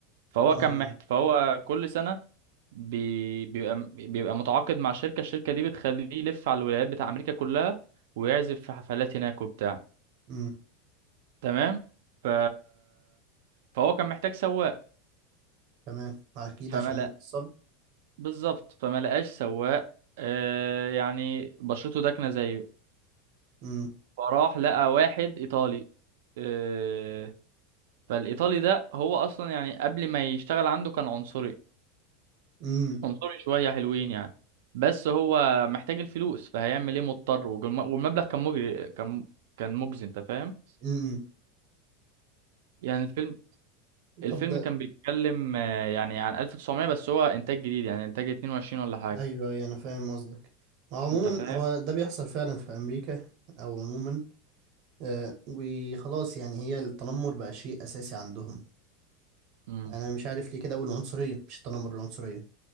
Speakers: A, on the right; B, on the right.
A: فهو
B: اه
A: كان محت فهو كل سنة بي... بيبقى بيبقى متعاقد مع شركة الشركة دي بتخليه يلف على الولايات بتاع أمريكا كلها ويعزف في حفلات هناك وبتاع
B: امم
A: تمام ف... فهو كان محتاج سواق
B: تمام اكيد
A: فما
B: عشان
A: لق...
B: نوصل
A: بالظبط فما لقاش سواق آه يعني بشرته داكنة زيه
B: امم
A: فراح لقى واحد إيطالي آه فالإيطالي ده هو أصلا يعني قبل ما يشتغل عنده كان عنصري
B: امم
A: عنصري شوية حلوين يعني بس هو محتاج الفلوس فهيعمل ايه مضطر والجم- والمبلغ كان مجري كان كان مجزي انت فاهم
B: امم
A: يعني الفيلم الفيلم
B: طب ده
A: كان بيتكلم آه، يعني عن 1900 بس هو انتاج جديد يعني انتاج 22 ولا حاجة
B: ايوه ايوه انا فاهم قصدك عموما
A: انت فاهم
B: هو ده بيحصل فعلا في امريكا او عموما آه، وخلاص يعني هي التنمر بقى شيء اساسي عندهم
A: امم
B: يعني انا مش عارف ليه كده اقول العنصريه مش التنمر العنصريه